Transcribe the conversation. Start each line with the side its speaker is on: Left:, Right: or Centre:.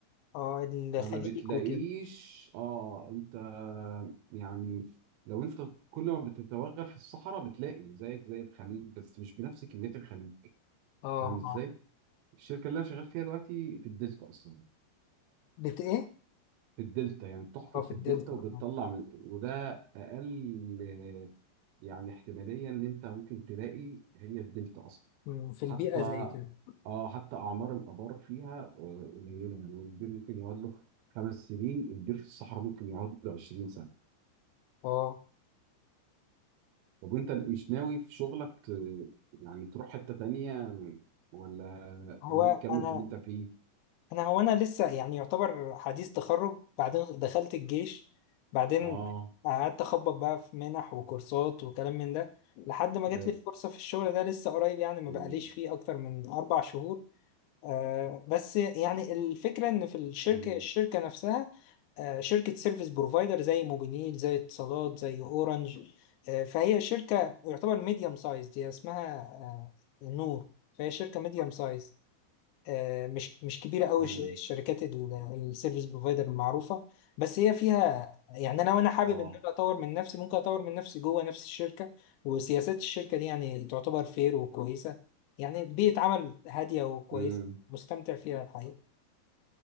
Left: اه الخليج
Right: فما بتلاقيش
Left: وكده
Right: اه انت يعني لو انت كل ما بتتوغل في الصحراء بتلاقي زيك زي الخليج بس مش بنفس كمية الخليج
Left: اه
Right: فاهم ازاي؟
Left: اه
Right: الشركة اللي انا شغال فيها دلوقتي في الديسك اصلا
Left: بت ايه
Right: في الدلتا يعني بتحفر
Left: اه في
Right: في
Left: الدلتا
Right: الدلتا وبتطلع
Left: آه.
Right: من وده اقل آه، يعني احتماليه ان انت ممكن تلاقي هي الدلتا اصلا
Left: مم، في البيئة
Right: حتى
Left: زي كده
Right: اه حتى اعمار الابار فيها آه، قليله يعني البير ممكن يقعد له خمس سنين البير في الصحراء ممكن يقعد له 20 سنه
Left: اه
Right: طب وانت مش ناوي في شغلك ت... يعني تروح حته تانيه ولا
Left: هو
Right: ناوي تكمل
Left: انا
Right: في اللي انت فيه
Left: انا هو انا لسه يعني يعتبر حديث تخرج بعدين دخلت الجيش بعدين
Right: اه
Left: قعدت اخبط بقى في منح وكورسات وكلام من ده لحد ما
Right: لازم
Left: جات لي فرصة في الشغل ده لسه قريب يعني ما
Right: مم.
Left: بقاليش فيه اكتر من اربع شهور آه بس يعني الفكرة ان في الشركة
Right: مم.
Left: الشركة نفسها آه شركة سيرفيس بروفايدر زي موبينيل زي اتصالات زي اورنج آه فهي شركة يعتبر ميديم سايز دي اسمها آه نور فهي شركة ميديم سايز آه، مش مش كبيره قوي
Right: مم.
Left: الشركات ال- السيرفيس بروفايدر المعروفه بس هي فيها يعني انا وانا حابب
Right: اه
Left: ان انا اطور من نفسي ممكن اطور من نفسي جوه نفس الشركه وسياسات الشركه دي يعني تعتبر فير وكويسه يعني بيئه عمل هاديه وكويسه
Right: مم.
Left: مستمتع فيها الحقيقه